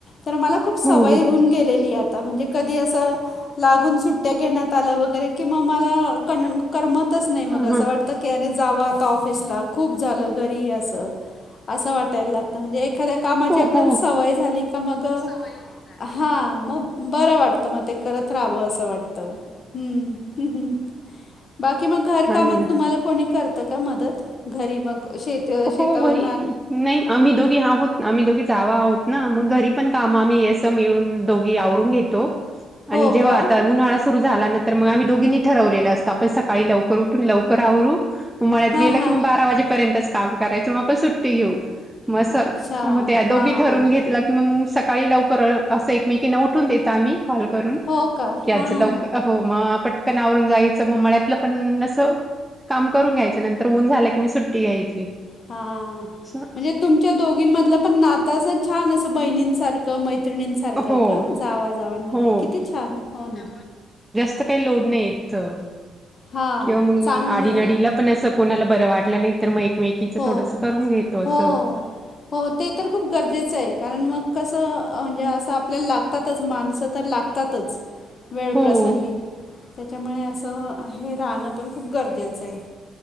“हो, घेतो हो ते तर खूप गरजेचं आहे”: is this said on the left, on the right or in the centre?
Left